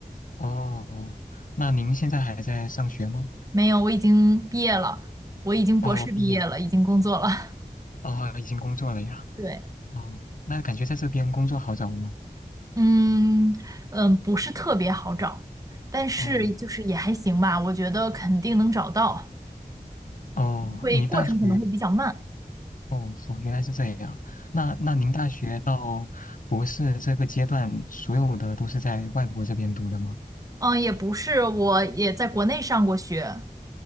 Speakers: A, on the left (about 60°); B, on the right (about 20°).
A: 哦，那您现在还在上学吗？
B: 没有，我已经毕业了，我已经博士毕业了，
A: 哦，毕业了
B: 已经工作了。<laughs>
A: 哦，已经工作了呀，
B: 对，
A: 哦，那感觉在这边工作好找吗？
B: 嗯嗯，不是特别好找，但是就是也还行吧，
A: 哦。
B: 我觉得肯定能找到，
A: 哦，
B: 会过程可能会比较慢。
A: 你大学哦，好，原来是这样。那那您大学到博士这个阶段，所有的都是在外国这边读的吗？
B: 嗯，也不是，我也在国内上过学，